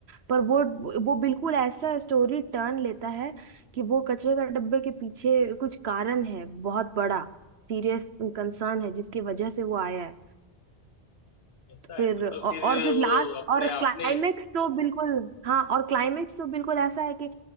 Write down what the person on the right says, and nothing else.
पर वो वो बिल्कुल ऐसा स्टोरी टर्न लेता है कि वो कचड़े का डब्बे के पीछे कुछ कारण है बहुत बड़ा सीरियस कंसर्न है जिसकी वजह से वो आया है
फिर
औ,
और फिर
लास्ट
और
क्लाइमेक्स तो बिल्कुल हाँ और क्लाइमेक्स तो बिल्कुल ऐसा है कि